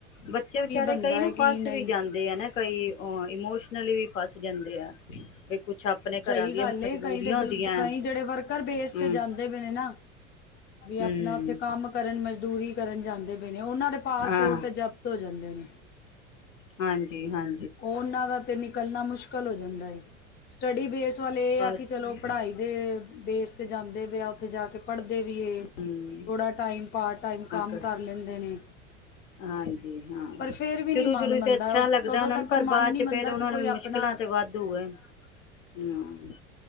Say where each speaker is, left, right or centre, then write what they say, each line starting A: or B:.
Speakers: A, on the left; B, on the left.
A: ਬੱਚੇ ਵਿਚਾਰੇ
B: ਬਣਦਾ
A: ਕਈ ਨਾ
B: ਹੈ ਕੀ
A: ਫਸ
B: ਨਹੀਂ
A: ਵੀ ਜਾਂ ਦੇ ਆ ਨਾ ਕਈ, ਉਹ ਇਮੋਸ਼ਨਲੀ ਵੀ ਫਸ ਜਾਂਦੇ ਆ। ਕੁੱਛ ਆਪਣੇ
B: ਸਹੀ
A: ਘਰਾਂ ਦੀਆਂ
B: ਗੱਲ
A: ਮਜਬੂਰੀਆਂ
B: ਏ, ਕਈ ਤੇ
A: ਹੁੰਦੀਆਂ
B: ਬਿਲਕੁ, ਕਈ ਜਿਹੜੇ ਵਰਕਰ ਬੇਸ
A: ਹੂੰ
B: ਤੇ ਜਾਂਦੇ ਵੇ ਨੇ ਨਾ ਵੀ
A: ਹੂੰ
B: ਅਪਣਾ ਉੱਥੇ ਕੰਮ ਕਰਨ, ਮਜ਼ਦੂਰੀ ਕਰਨ ਜਾਂਦੇ ਪਏ ਨੇ, ਉਹਨਾਂ ਦੇ ਪਾਸਪੋਰਟ
A: ਹਾਂ
B: ਤੇ ਜ ਹੋ ਜਾਂਦੇ ਨੇ
A: ਹਾਂਜੀ-ਹਾਂ
B: ਓਹਨਾਂ ਦਾ ਤੇ ਨਿਕਲਣਾ ਮੁਸ਼ਕਿਲ ਹੋ ਜਾਂਦਾ ਏ। ਸਟੱਡੀ ਬੇਸ ਵਾਲੇ ਇਹ ਯਾ ਕਿ
A: ਹਾਂਜੀ
B: ਚਲੋ, ਪੜ੍ਹਾਈ ਦੇ ਬੇਸ ਤੇ ਜਾਂਦੇ ਪਏ ਆ, ਉੱਥੇ ਜਾਕੇ ਪੜਦੇ ਵੀ ਏ,
A: ਹੂੰ
B: ਥੋੜਾ ਟਾਈਮ ਪਾਰਟ ਟਾਈਮ ਕੰਮ
A: ਕ
B: ਕਰ ਲੈਂਦੇ ਨੇ।
A: ਹਾਂ ਹਾਂ,
B: ਪਰ ਫੇਰ ਵੀ
A: ਸ਼ੁਰੂ-ਸ਼ੁਰੂ
B: ਨੀ ਮਨ ਮੰਨਦਾ
A: ਤੇ ਅੱਛਾ
B: ਉਹ
A: ਲੱਗਦਾ
B: ਤਦੋਂ
A: ਉਹਨਾਂ
B: ਤੱਕ
A: ਨੂੰ, ਪਰ
B: ਮਨ
A: ਬਾਅਦ'ਚ
B: ਨੀ ਮੰਨਦਾ
A: ਫਿਰ ਉਹਨਾਂ
B: ਕਿ
A: ਨੂੰ
B: ਕੋਈ ਆਪਣਾ
A: ਮੁਸ਼ਕਿਲਾਂ ਤੇ ਵਾਧੂ ਏ।
B: <unintelligible>
A: ਹੂੰ,